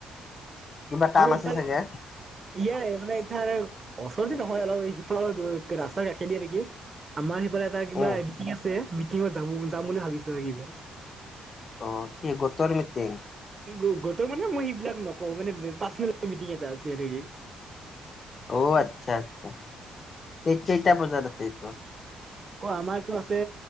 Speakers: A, on the left; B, on the right.
A: কিবা কাম
B: মানে ইফালে,
A: আছে চাগে
B: ইয়াৰে মানে তাৰে ওচৰতে নহয় অলপ সিফালৰ ৰাস্তাৰ কাষে দিয়ে নেকি আমাৰ স বলে এটা কিবা
A: উম
B: মিটিং আছে, মিটিঙত যাব যাম বুলি ভাবিছোঁ এ কিবা।
A: অ', কি গোটৰ মিটিং?
B: কি গোট গোটৰ মানে মই সিবিলাক নকওঁ, মানে পাৰ্চনেল মিটিং এটা আছে আৰু গি
A: অ', আচ্ছা, আচ্ছা, তে কেইটা বজাত আছে এইটো?
B: ক' আমাৰটো আছে